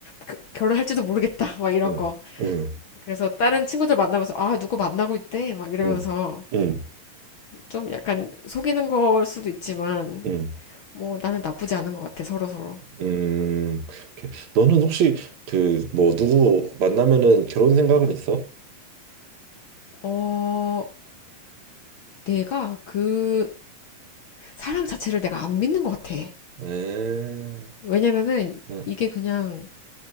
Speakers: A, on the left; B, on the right.
A: 그- 결혼할지도 모르겠다, 막 이런
B: 응
A: 거.
B: 응
A: 그래서 다른 친구들 만나면서, 아, 누구 만나고 있대? 막 이러면서,
B: 응응
A: 좀 약간 속이는 걸 수도 있지만,
B: 응.
A: 뭐, 나는 나쁘지 않은 것 같아, 서로서로.
B: 음, 오케이. 너는 혹시 그 뭐 누구 만나면은 결혼 생각은 있어?
A: 어, 내가 그 사랑 자체를 내가 안 믿는 것 같아.
B: 음,
A: 왜냐면은
B: 음,
A: 이게 그냥